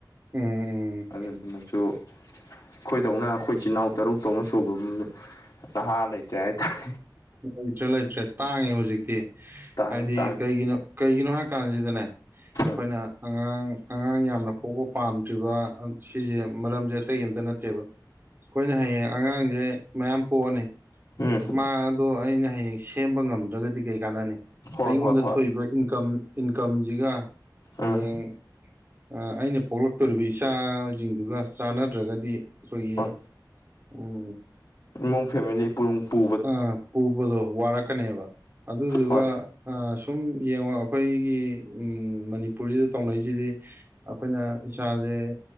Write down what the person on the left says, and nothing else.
ꯑꯗꯨꯗꯨꯅꯁꯨ ꯑꯩꯈꯣꯏꯗꯧꯅ ꯑꯩꯈꯣꯏ ꯏꯆꯤꯜ ꯏꯅꯥꯎ ꯇꯔꯨꯛ ꯇꯧꯅ ꯁꯨꯕ ꯅꯍꯥ ꯂꯩꯇꯦ ꯍꯥꯏꯇꯥꯔꯦ
ꯇꯥꯡꯉꯦ
ꯇꯥꯡꯉꯦ
ꯎꯝ
ꯎꯝ
ꯍꯣꯏ
ꯍꯣꯏ ꯍꯣꯏ
ꯎꯝ
ꯍꯣꯏ
ꯏꯃꯨꯡ ꯐꯦꯃꯤꯂꯤ ꯄꯨꯔꯨꯡ ꯄꯨ
ꯍꯣꯏ